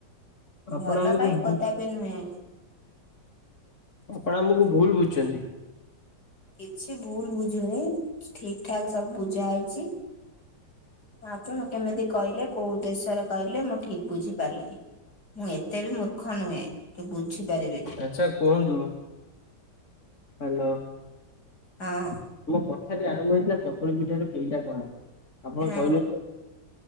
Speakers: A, on the left; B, on the left.
A: ଆପଣ
B: ଭଲ
A: ଆମକୁ
B: ପାଇଁ କଦାପି ନୁହେଁ।
A: ଆପଣ ଆମକୁ ଭୁଲ ବୁଝୁଛନ୍ତି।
B: କିଛି ଭୁଲ ବୁଝୁନି ଠିକ ଠାକ ସବୁ ବୁଝା ହେଇଛି ଆପଣ କେମିତି କହିଲେ କୋଉ ଉଦେଶ୍ୟରେ କହିଲେ ମୁଁ ଠିକ ବୁଝିପାରିଲି ମୁଁ ଏତେ ବି ମୂର୍ଖ ନୁହେଁ କି ବୁଝି ପାରିବିନି
A: ଆଛା କୁହନ୍ତୁ ହ୍ୟାଲୋ <inaudible>
B: ହଁ
A: ସେ ଆରମ୍ଭ ହେଇଥିଲା ଚକୁଳିୀ ପଠରେ କେେଇଟା କଣଉ ଆପଣ
B: ହଁ
A: କହିଲେ